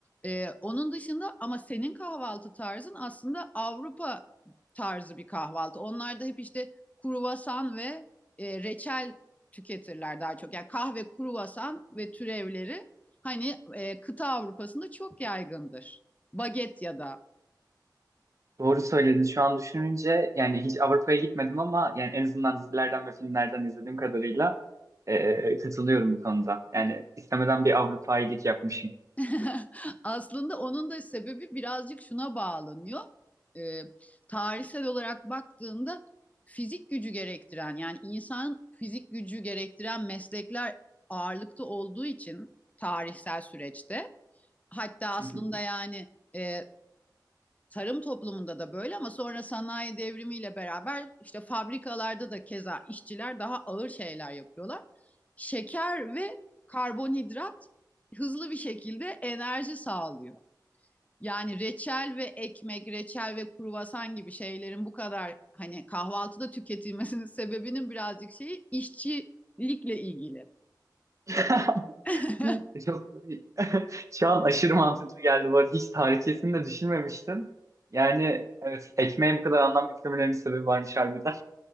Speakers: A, on the left; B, on the right.
A: Ee, onun dışında ama senin kahvaltı tarzın aslında Avrupa tarzı bir kahvaltı. Onlar da hep işte kruvasan ve e, reçel tüketirler daha çok. Yani kahve, kruvasan ve türevleri hani e, kıta Avrupa'sında çok yaygındır. Baget ya da
B: Doğru söyledin. Şu an düşününce yani hiç Avrupa'ya gitmedim ama yani en azından dizilerden ve filmlerden izlediğim kadarıyla e, katılıyorum bu konuda. Yani istemeden bir Avrupa iyilik yapmışım.
A: <laughs> Aslında onun da sebebi birazcık şuna bağlanıyor. Ee, tarihsel olarak baktığında fizik gücü gerektiren yani insan fizik gücü gerektiren meslekler ağırlıkta olduğu için tarihsel süreçte hatta aslında
B: Hı hı.
A: yani e, tarım toplumunda da böyle ama sonra sanayi devrimiyle beraber işte fabrikalarda da keza işçiler daha ağır şeyler yapıyorlar. Şeker ve karbonhidrat hızlı bir şekilde enerji sağlıyor. Yani reçel ve ekmek, reçel ve kruvasan gibi şeylerin bu kadar hani kahvaltıda tüketilmesinin <laughs> sebebinin birazcık şeyi işçilikle ilgili.
B: <laughs>
A: <laughs>
B: Çok <laughs> şu an aşırı mantıklı geldi bu arada. Hiç tarihçesini de düşünmemiştim. Yani evet ekmeğe bu kadar anlam yüklemelerinin sebebi varmış harbiden.